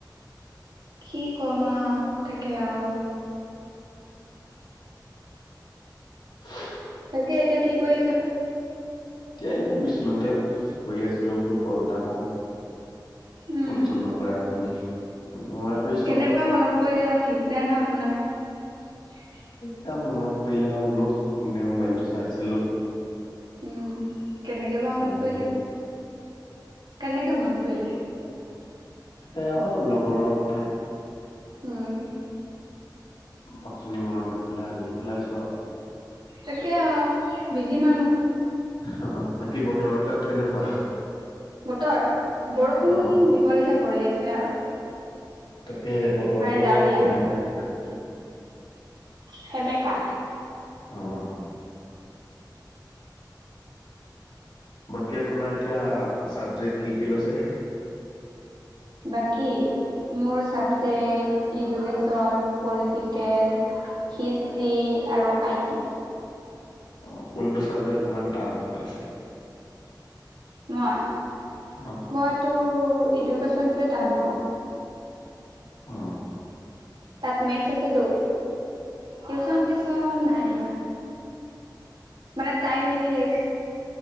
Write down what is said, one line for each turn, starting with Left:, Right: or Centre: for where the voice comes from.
Right: কি কমা আ অ তাকে আৰু
Left: <inaudible>
Right: তাকে এতিয়া কি কৰি আছে বা
Left: এতিয়া এনেই বিচনাতে বহি আছিলো বোলো কল এটা কওঁ
Right: উম
Left: ফোন চোন নকৰে আপুনি মই কৰিছোঁ
Right: কেনেকুৱা
Left: আৰু
Right: মনত পৰিলে বা ঠিক নাই নহয় আপোনাৰ
Left: এয়া মনত পৰিলা বোলো এনে মোবাইলটো চাই আছিলো।
Right: উম কেনেকৈ বা মনত
Left: বোলো
Right: পৰিলে কেনেকে মনত পৰিলে
Left: সেইয়া আৰু লগৰৰ কথা
Right: হম
Left: <inaudible> খিনি মনত নেপেলাই আমিয়ে পেলাইছো আৰু
Right: তাকে আৰু বিজি মানুহ
Left: অ অ বাকী বতৰ তাত কেনেকুৱা?
Right: বতৰ বৰষুণ
Left: অ
Right: দিব লিখা। কৰি আছে আৰু
Left: তাকে বতৰটো
Right: মানে ডাৱৰীয়া
Left: <unintelligible>
Right: সেমেকা।
Left: আহ। বাকী আপোনাৰ এতিয়া চাবজেক্ট কি কি লৈছে?
Right: বাকী? মোৰ চাবজেক্ট ইডুকেশন ন পলিটিকেল হিষ্ট্ৰী আৰু আইটি।
Left: অ' কোনটো চাবজেক্ট অকমান টান পাইছে?
Right: মই?
Left: অ'
Right: মইতো এডুকেশ্যনটোৱে টান পাওঁ।
Left: হ'।
Right: তাত মেথছ আছেতো, টিউচন নাই লোৱা মানে টাইম নিমিলেই।